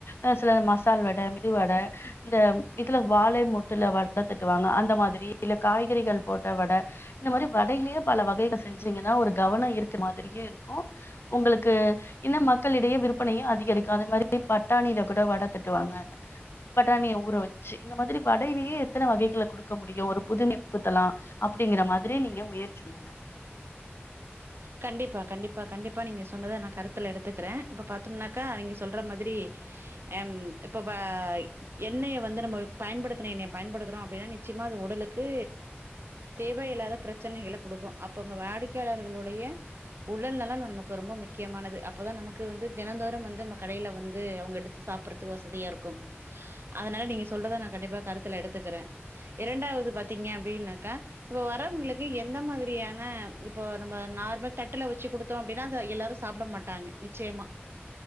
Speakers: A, on the left; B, on the right.
A: அ சில மஸ் மசால் வட மெது வட இந்த இதுல வாழை மொட்டுல வட தட்டுவாங்க அந் இந்த மாதிரி இல்ல காய்கறிகள் போட்ட வட இந்த மாரி வடையிலே பல வகைகள் செஞ்சீங்கன்னா ஒரு கவன ஈர்த்த மாதிரியே இருக்கோ உங்களுக்கு இன்னு மக்களிடையே விற்பனையு அதிகரிக்கு அது மாரி பட்டாணில கூட வட தட்டுவாங்க பட்டாணிய ஊற வச்சு இந்த மாதிரி வடையிலேயே எத்தன வகைகள குடுக் க முடியு ஒரு புதுமை புகுத்தலா அப்டிங்கிற மாரி நீங்க முயற்சி பண்ணுங்க
B: கண்டிப்பா கண்டிப்பா கண்டிப்பா நீங்க சொன்னத நா கருத்துல எடுத்துக்கிற இப்ப பாத்தோம்னாக்கா நீங்க சொல்ற மாதிரி எம் இப்ப ப எண்ணெய வந்து நம்ம பயன்படுத்தின எண்ணெய பயன்படுத்துறோ அப்டின்னா நிச்சயமா அது உடலுக்கு தேவையில்லாத பிரச்சனைகள குடுக்கு அப்ப நம்ம வாடிக்கையாளர் உங்களுடைய உடல் நலோ நமக்கு ரொம்ப முக்கியமானது அப்போதா நமக்கு வந்து தினந்தோறும் வந்து நம்ம கடைல வந்து அவுங்க எடுத்து சாப் பறதுக்கு வசதியா இருக்கு அதனால நீங்க சொல்றதா நா கண்டிப்பா கருத்துல எடுத்துக்கற இரண்டாவது பாத்தீங்க அப்டினாக்கா இப்ப வரவுங்களுக்கு எந்த மாதிரியான இப்போ நம்ம நார்மல் தட்டுல வச்சு குடுத்தோ அப்டின்னா அத எல்லாரு சாப்பட மாட்டாங்க நிச்சயமா